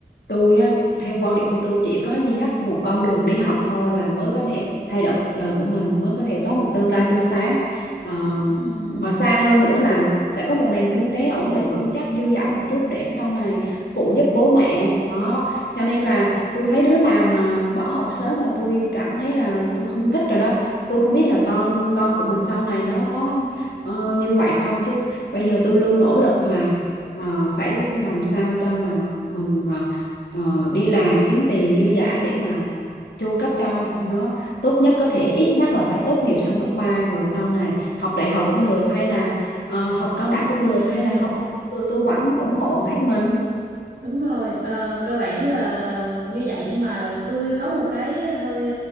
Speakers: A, on the left; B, on the right.
A: tôi á theo quan điểm của tôi chỉ có duy nhất một con đường đi học thôi là mới có thể thay đổi cuộc đời của mình mới có thể có một tương lai tươi sáng Ờ,
B: Ừm,
A: và xa hơn nữa là sẽ có một nền kinh tế ổn định vững chắc dư dả một chút để sau này phụ giúp bố mẹ đó cho nên là tôi thấy đứa nào mà bỏ học sớm mà tôi cảm thấy là tôi không thích rồi đó tôi không biết là con con của mình sau này nó có ờ, như vậy không chứ bây giờ tôi luôn nỗ lực là ờ, phải làm sao cho mà mình ờ, ờ, đi làm kiếm tiền dư dả để mà chu cấp cho nó tốt nhất có thể ít nhất là phải tốt nghiệp xong cấp ba rồi sau này học đại học cũng được hay là ờ, học cao đẳng cũng
B: ừm.
A: được hay là học nào cũng được tôi vẫn ủng hộ hết mình
B: Đúng rồi, ờ, cơ bản là, là như vậy nhưng mà tôi có một cái hơi